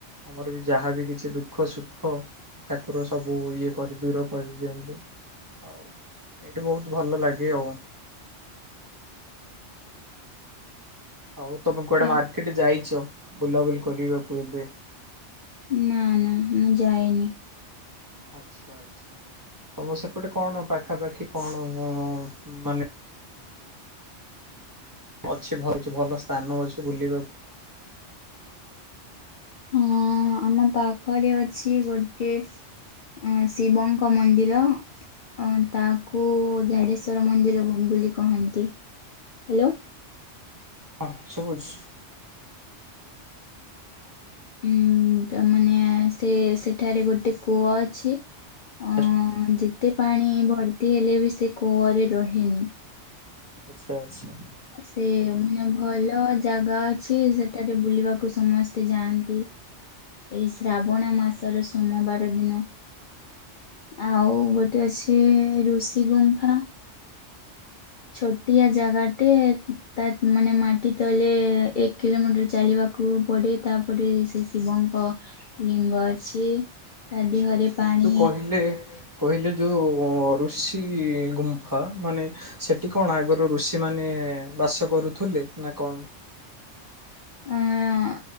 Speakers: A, on the right; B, on the left.
A: ଆମର ବି ଯାହାବ କିଛି ଦୁଃଖ ସୁଖ ଠାକୁର ସବୁ ଇଏ କରି ଦୂର କରିଦିଅନ୍ତି। ହଉ ଏଇଠି ବହୁତ ଭଲ ଲାଗେ ଆଉ। ଆଉ ତମେ କୁଆଡେ
B: ଆ
A: ମାର୍କେଟ ଯାଇଛ ବୁଲାବୁଲି କରିବାକୁ ଏବେ।
B: ନା ନା ମୁଁ ଯାଏନି।
A: ଆଚ୍ଛା ଆଚ୍ଛା। ତମ ସେପଟେ କଣ ପାଖାପାଖି କଣ ମାନେ ଅଛି ଭଲଛି ଭଲ ସ୍ଥାନ ଅଛି ବୁଲିବାକୁ।
B: ହଁ ଆମ ପାଖରେ ଅଛି ଗୋଟେ ଆଁ ଶିବଙ୍କ ମନ୍ଦିର। ଆଁ ତାକୁ ବୋଉ ଝାଡେଶ୍ଵର ମନ୍ଦିର ହୋମ ବୋଲି କହନ୍ତି। ହ୍ୟାଲୋ।
A: ହଁ ସୁବୁଛି
B: ଉଁ ତାମାନେ ସେ ସେଠାରେ ଗୋଟେ କୂଅ ଅ ଛି। ଆଁ
A: ଆଚ୍ଛା
B: ଯେତେ ପାଣି ଭର୍ତି ହେଲେ ବି ସେ କୂଅରେ ରହେନି।
A: ଆଚ୍ଛା ଆଚ୍ଛା।
B: ସେ ମାନେ ଭଲ ଜାଗା ଅଛି ସେଠାରେ ବୁଲିବାକୁ ସମସ୍ତେ ଯାଆନ୍ତି। ଏଇ ଶ୍ରାବଣ ମାସର ସୋମବାର ଦିନ। ଆଉ ଗୋଟେ ଅଛି ଋଷିଗୁମ୍ଫା। ଛୋଟିଆ ଜାଗାଟେ ତା ମାନେ ମାଟିିତଲେ ଏକ କିଲୋମିଟର ଚାଲିବା କୁ ପଡେ ତାପରେ ସେ ଶିବଙ୍କ ଲିଙ୍ଗ ଅଛି। ତା
A: ଆଚ୍ଛା
B: ଦେହରେ
A: ଆଛା ଏଇ
B: ପାଣି
A: ଯୋଉ କହିଲେ କହିଲେ ଯେଉଁ ଋଷି ଗୁମ୍ଫା ମାନେ ସେଠି କଣ ଆଗରୁ ଋଷି ମାନେ ବାସ କରୁଥିଲେ ନା କଣ?
B: ଆଁ